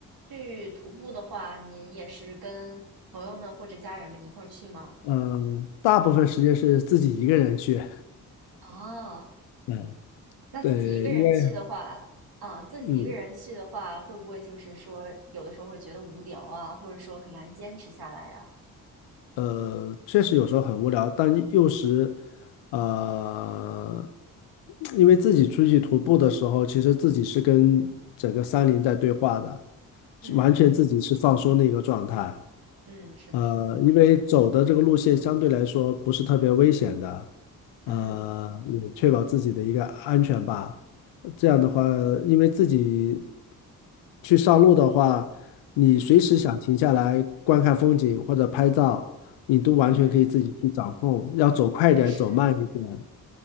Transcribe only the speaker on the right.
去徒步的话，您也是跟朋友们或者家人们一块儿去吗？
啊，
那自己一个人去的话，
啊，自己一个人去的话，
会不会就是说有的时候会觉得无聊啊，或者说很难坚持下来呀？
嗯
嗯，是的，
是的，
嗯
嗯
嗯嗯，
确实